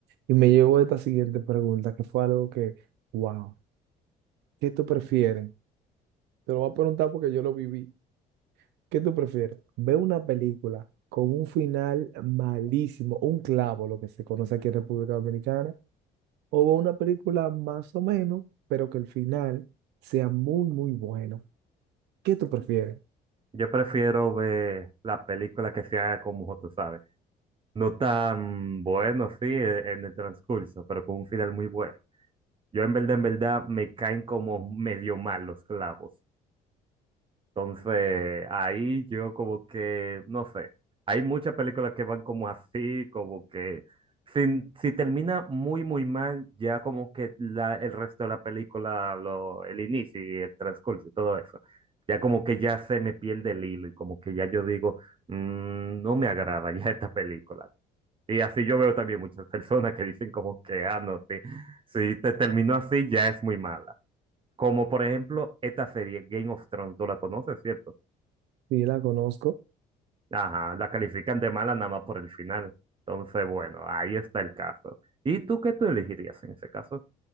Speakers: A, on the right; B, on the right.
A: y me llegó esta siguiente pregunta, que fue algo que, wow, ¿qué tú prefieres? Te lo voy a preguntar porque yo lo viví. ¿Qué tú prefieres? ¿Ver una película con un final malísimo, un clavo, lo que se conoce aquí en República Dominicana, o ver una película más o menos, pero que el final sea muy, muy bueno? ¿Qué tú prefieres?
B: Yo prefiero ver la película que sea como tú sabes. No tan bueno, sí, e- en el transcurso, pero con un final muy bueno. Yo en verdad, en verdad, me caen como medio mal los clavos. Entonces, ahí yo como que, no sé, hay muchas películas que van como así, como que si, si termina muy, muy mal, ya como que la, el resto de la película, lo, el inicio y el transcurso y todo eso, ya como que ya se me pierde el hilo y como que ya yo digo, "Mm, no me agrada ya esta película. Y así yo veo también muchas personas que dicen como que, ah, no, si, si te terminó así ya es muy mala. Como por ejemplo esta serie Game of Thrones, tú la conoces, ¿cierto?
A: Sí, la conozco.
B: Ajá, la califican de mala nada más por el final. Entonces, bueno, ahí está el caso. ¿Y tú qué tú elegirías en ese caso?